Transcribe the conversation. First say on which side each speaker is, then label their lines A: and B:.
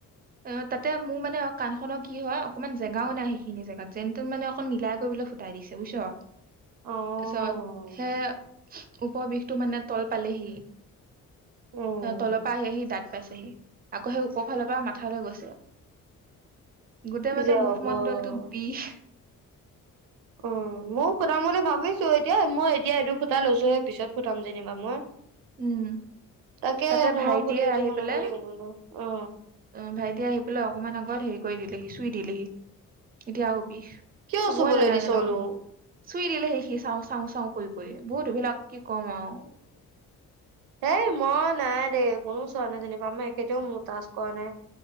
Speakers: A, on the right; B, on the right.
A: অ তাতে মোৰ মানে অ কানখনৰ কি হয় অকনমান জেগাও নাই সেইখিনি জেগাত যেন তেন মানে অকন মিলাই কৰিব। ফুটাই দিছে বুজিছ তাৰপিছত
B: অ',
A: সে পৰ বিষটো মানে তল পালেহি
B: উম,
A: তলৰ পৰা আহে সি দাঁত পাইছেহি আকৌ সেই ওপৰফালৰ পৰা মাথালৈ গৈছে গোটেই
B: কি
A: মানে
B: যে
A: মুখমণ্ডলটোত
B: হ'ব।
A: বিষ
B: অ ময় ফুটাম বুলি ভাবিছো এতিয়া মই এতিয়া এইটো ফুটা লৈছো সেই পিছত ফুটাম যেনিবা মই
A: উম
B: তাকে
A: তাতে
B: সোণৰ
A: ভাইটিয়ে
B: ফুলি এযোৰ
A: আহি
B: বনাব
A: পেলাই
B: দিওঁ বোলো অ।
A: অ ভাইটিয়ে আহি পেলাই অকমান আগত হেৰি কৰি দিলেহি চুই দিলেহি এতিয়া। বিষ
B: কিয়
A: চুবই
B: চুবলৈ
A: নালাগে
B: দিছনো?
A: ন চুই দিলে সেই সি চা চাওঁ চাওঁ কৰি বহুত এইবিলাক কি কম আৰু।
B: হ মই নাই দেই কোনো চোৱা নাই যেনিবা মই এখেতেও মোৰ তাজ কৰা নাই।